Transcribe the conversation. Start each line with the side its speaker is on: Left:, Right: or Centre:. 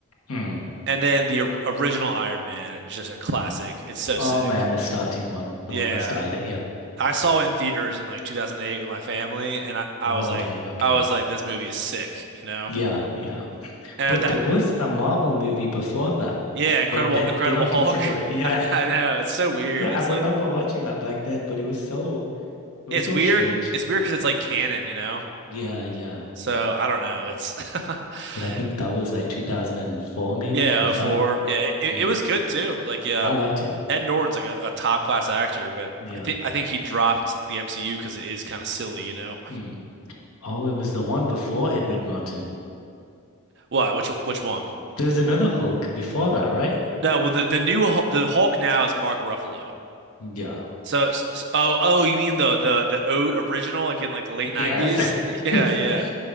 Left: Mm.
Right: And then the or- original Iron Man is just a classic. It's so
Left: Oh
Right: sick.
Left: man, the starting one, the
Right: Yeah.
Left: one that started. Yep.
Right: I saw it in theaters in like 2008 with my family and I, I
Left: Oh
Right: was like
Left: dang. Okay.
Right: I was like this movie is sick, you know.
Left: Yeah. Yeah.
Right: And
Left: But
Right: at that
Left: there was a Marvel movie before that,
Right: yeah, Incredible
Left: but they
Right: Incredible
Left: they don't
Right: Hulk.
Left: consider it.
Right: <laughs>
Left: Yeah.
Right: I, I know. It's so weird.
Left: But
Right: It's
Left: I remember
Right: like
Left: watching that back then, but it was so it
Right: It's
Left: was so
Right: weird.
Left: strange.
Right: It's weird because it's like canon, you know?
Left: Yeah, yeah.
Right: So I don't know. It's <laughs>
Left: But I think that was like 2004 maybe
Right: yeah,
Left: or
Right: oh
Left: five.
Right: 04. Yeah, it,
Left: Mm.
Right: it was good too. Like yeah,
Left: I
Right: um,
Left: liked it.
Right: Ed Norton's like a, a top class actor, but
Left: Yeah.
Right: I think I think he dropped the MCU because it is kind of silly, you know?
Left: Mm. Oh, it was the one before Edward Norton.
Right: What? Which which one?
Left: There was another Hulk before that, right?
Right: No, well the the new Hul- the Hulk now is Mark Ruffalo.
Left: Yeah.
Right: So, s oh oh, you mean the the the o original like in like the late
Left: Yes.
Right: 90s?
Left: <laughs>
Right: <laughs> Yeah,
Left: It's
Right: yeah.
Left: n-